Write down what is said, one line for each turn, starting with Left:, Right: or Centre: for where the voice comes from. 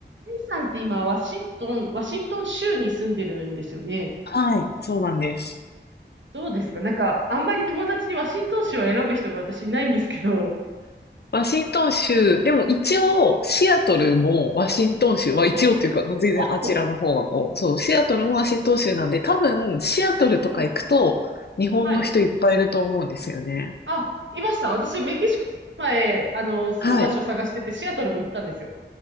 Right: イさんって今、ワシントン、ワシントン州に住んでるんですよね。
Left: はい、そうなんです。
Right: どうですかなんか、あんまり友達にワシントン州を選ぶ人が私いないんですけど。
Left: ワシントン州、でも一応、シアトルもワシントン州、
Right: うん
Left: は一応というか、
Right: ほう。
Left: 全然あちらの方がこう、
Right: あ、そ
Left: そう、シアトルもワシントン州なんで、多分、シアトルとか行くと、
Right: う。うん。
Left: 日本の人いっぱいいると思うんですよね。
Right: はい。あ、いました。私、メキシコ前、あの、住む場所探してて、
Left: はい。
Right: シアトルも行ったんですよ。